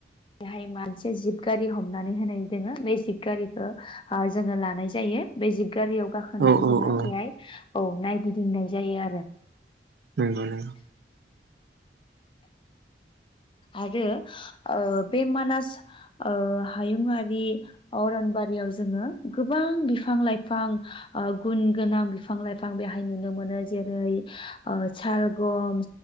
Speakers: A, on the left (about 30°); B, on the right (about 60°).
A: <unintelligible> मोनसे जिब गारि हमनानै होनाय दोङो बे जिब गारिखो जों लानाय जायो बे जिब गारियाव गाखोनानै
B: औ औ
A: जोङो
B: औ
A: बेहाय औ नायगिदिंनाय जायो आरो
B: नंगौ, नंगौ।
A: आरो ओ बे मानास ओ हायुंआारि अरनबारियाव जोङो गोबां बिफां लाइफां ओ गुन गोनां बिफां लाइफां बेहाय नुनो मोनो। जेरै ओ सालगम